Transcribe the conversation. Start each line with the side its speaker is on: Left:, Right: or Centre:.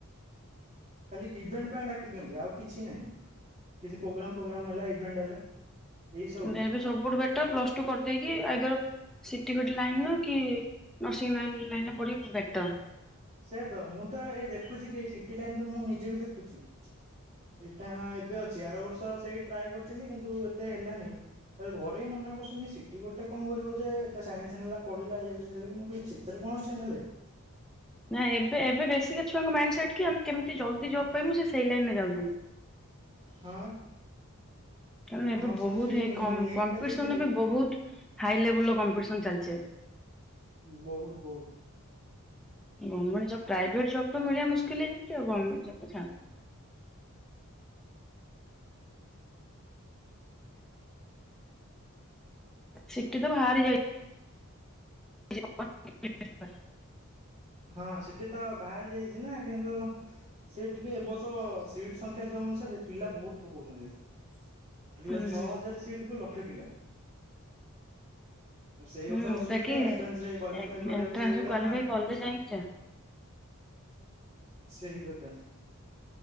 Right: ଖାଲି ଇଭେଣ୍ଟ୍ ପାଇଁ ଡାକି ଦିଅନ୍ତି ଆଉ କିଛି ନାହିଁ। କିଛି ପୋଗ୍ରାମ୍ ଫୋଗ୍ରାମ୍ ହେଲା ଇଭେଣ୍ଟ୍ ହେଲା ଏଇ ସବୁଠି
Centre: କିନ୍ତୁ ଏବେ ସବୁଠୁ ବେଟର୍ ପ୍ଲସ୍ ଟୁ କରିଦେଇକି ଆଇଦର୍ ସିଟି ଫିଟି ଲାଇନ୍ ର କି ନର୍ସିଂ ଲାଇନ୍ ଲାଇନ୍ ର ପଢ଼ିବୁ ବେଟର୍।
Right: ସେୟା ତ ମୁଁ ତ ଏ ଦେଖୁଚି କି ଏଇ ସିଟି ଲାଇନ୍ ତ ମୁଁ ନିଜେ ବି ଦେଖୁଚି। ଏଇଟା ହଁ ଏବେ ଅଛି ଆର ବର୍ଷ ସେଇ ଟ୍ରାଏ କରିଥିଲି କିନ୍ତୁ ଏତେ ହେଲାନେଇ। ତାପରେ ଘରେ ହିଁ ମନା କରୁଚନ୍ତି ସିଟି ଗୋଟେ କଁ କରିବ ଯେ ଏତେ ସାଇନ୍ସ୍ ନେଲା ପଢି଼ଲା ଇଏ କଲା ସିଏ କଲା ମୁଁ କଇଲି ସି ଥେରେ କଁ ଅଛି ନେଲେ?
Centre: ନାଇଁ ଏବେ ଏବେ ବେଶିକା ଛୁଆଙ୍କ ମାଇଣ୍ଡ ସେଟ୍ କି ଆମେ କେମିତି ଜଲ୍ଦି ଜବ୍ ପାଇମୁ। ସିଏ ସେଇ ଲାଇନ୍ ରେ ଯାଉଚନ୍ତି।
Right: ହଁ।
Centre: କାରଣ ଏବେ
Right: ଆମର
Centre: ବହୁତ
Right: ସେମିତି
Centre: ହେ କଁ
Right: ନି ନିଟ୍
Centre: କମ୍ପିଟିସନ୍
Right: ଟା ଦେଇଥିଲି
Centre: ଏବେ ବହୁତ ହାଇ ଲେବୁଲ୍ ର କମ୍ପିଟିସନ୍ ଚାଲିଚି ଏବେ।
Right: ଉଁ ବହୁତ ବହୁତ।
Centre: ଗମେଟ୍ ଜବ୍ ପ୍ରାଇଭେଟ ଜବ୍ ତ ମିଳିବା ମୁସ୍କକିଲ୍ ହେଇଯାଉଚି। ଆଉ ଗମେଟ୍ ଜବ୍ ତ ଛାଡ଼। ସିଟି ତ ଭାରି ଯାଇ ଜି ହ ଅ। <inaudible>
Right: ହଁ ସେଠି ତ ବାହାରି ଯାଇଚି ନା କିନ୍ତୁ ସେ ଟିକେ ଏବ ବର୍ଷ ସିଟ୍ ସଂଖ୍ୟା ଯୋଉ ଅନୁସାରେ ପିଲା ବହୁତ ପକଉଚନ୍ତି। ଟୋଟାଲେ
Centre: ହୁଁ
Right: ଛଅ
Centre: ହୁଁ।
Right: ହଜାରେ ସିଟ୍ କୁ ଲକ୍ଷେ ପିଲା। ସେଇ
Centre: ହୁଁ
Right: ଗୋଟେ ଅସୁବିଧା
Centre: ବାକି ଏଣ୍ଟ୍ରାନ୍ସ
Right: ଏଣ୍ଟ୍ରାନ୍ସରେ କ୍ୱାଲିଫାଏ କରିବାକୁ ସେଇ ଭଳିଆ
Centre: କ୍ୱାଲିଫାଇ
Right: ମାର୍କେ।
Centre: କଲେ ଯାଇକି
Right: ସେଇ କଥା।